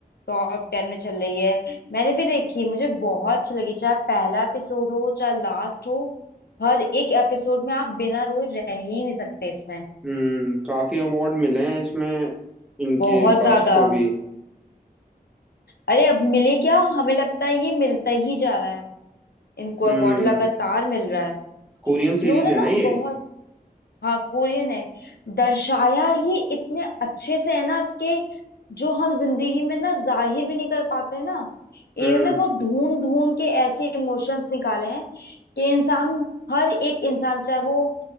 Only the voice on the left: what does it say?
टॉप टेन में चल रही है मैंने भी देखी मुझे बहुत अच्छी लगी चाहे पहला एपिसोड हो चाहे लास्ट हो हर एक एपिसोड में आप बिना रोए रह ही नहीं सकते इसमें
बहुत ज्यादा
अरे अब मिले क्या हमें लगता है ये मिलता ही जा रहा है इनको अवार्ड
लगातार मिल रहा है
इन्होंने
ना
बहुत हाँ कोरियन है दर्शाया ये इतने अच्छे से है ना कि जो हम जिंदगी में ना जाहिर भी नहीं कर पाते हैं ना इन्होंने
वो ढूंढ ढूंढ के ऐसे इमोशंस निकाले हैं कि इंसान हर एक इंसान चाहे वो